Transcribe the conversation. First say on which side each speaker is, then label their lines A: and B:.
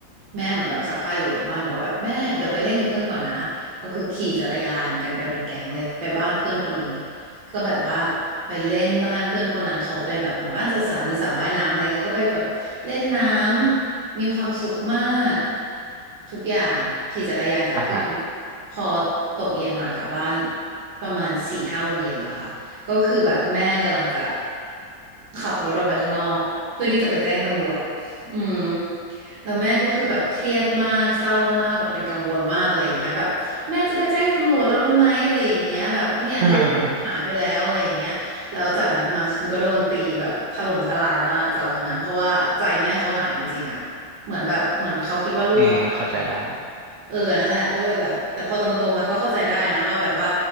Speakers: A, on the right; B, on the right.
A: แม่เหมือนแบบซักผ้าอยู่หลังบ้านบอกว่าแบบแม่เดี๋ยวไปเล่นกับเพื่อนก่อนนะก็คือขี่จักรยานกันไปเป็นแก๊งเลยไปบ้านเพื่อนคนหนึ่งก็แบบว่าไปเล่นบ้านเพื่อนคนนั้นเขาเป็นแบบเหมือนบ้านจัดสรรมีสระว่ายน้ำอะไรเงี้ยก็ไปแบบเล่นน้ำ มีความสุขมากทุกอย่างขี่จักรยานกับเพื่อน
B: อ่าฮะ
A: พอตกเย็นมากลับบ้านประมาณสี่ห้าโมงเย็นนะคะก็คือแบบแม่กำลังจะขับรถออกไปข้างนอกเพื่อที่จะไปแจ้งตำรวจอืมแล้วแม่ก็คือแบบเครียดมากเศร้ามากแบบเป็นกังวลมากอะไรอย่างเงี้ยแบบแม่จะไปแจ้งตำรวจแล้วรู้ไหมอะไรอย่างเงี้ยแบบเนี่ยนึกว่าลูกหายไปแล้วอะไรอย่างเงี้ยแล้วจากนั้นมาฉันก็โดนตีแบบถล่มทลายมากจากวันนั้นเพราะว่าใจแม่เขาหายจริงๆอะ
B: <laughs>
A: เหมือนแบบเหมือนเขาคิดว่าลูกเขาหายไปแล้ว
B: อืมเข้าใจได้
A: เออนั่นแหละก็เลยแบบแต่พอตอนโตมาก็เข้าใจได้นะว่าแบบว่า